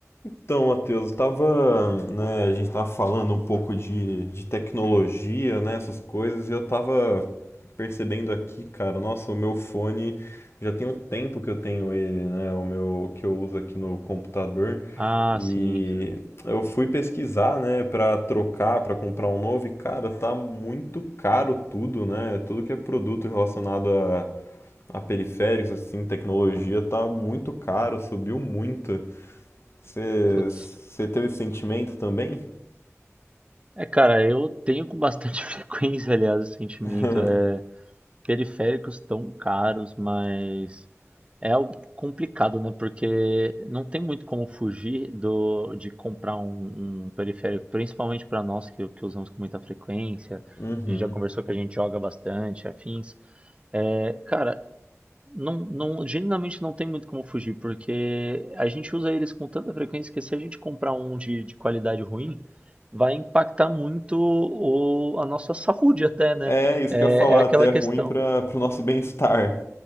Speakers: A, on the left; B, on the right.
A: Então, Matheus, tava, né, a gente tava falando um pouco de, de tecnologia, né, essas coisas, e eu tava percebendo aqui, cara, nossa, o meu fone já tem um tempo que eu tenho ele, né, o meu que eu uso aqui no computador,
B: Ah,
A: e
B: sim.
A: eu fui pesquisar, né, para trocar, para comprar um novo, e cara, tá muito caro tudo, né? Tudo que é produto relacionado a, a periféricos, assim, tecnologia, tá muito caro, subiu muito. Você
B: Putz.
A: você teve esse sentimento também?
B: É, cara, eu tenho com bastante <laughs> frequência, aliás, o sentimento.
A: <laughs>
B: É, periféricos tão caros, mas é algo complicado, né? Porque não tem muito como fugir do, de comprar um, um periférico, principalmente para nós que, que usamos com muita frequência.
A: Uhum.
B: A gente já conversou que a gente joga bastante, afins. É, cara, Não, não, genuinamente não tem muito como fugir, porque a gente usa eles com tanta frequência que se a gente comprar um de, de qualidade ruim, vai impactar muito o- a nossa saúde até, né?
A: É, isso
B: É,
A: que eu ia falar,
B: é aquela
A: até é
B: questão.
A: ruim para pro nosso bem-estar.